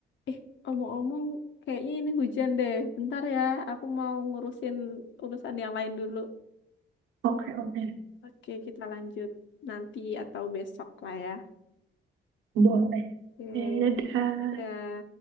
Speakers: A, on the left; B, on the right.
A: eh omong-omong kayaknya ini hujan deh bentar ya aku mau ngurusin urusan yang lain dulu
B: Oke, oke.
A: oke kita lanjut nanti atau besok lah ya
B: Boleh.
A: oke
B: Oke, dadah.
A: dadah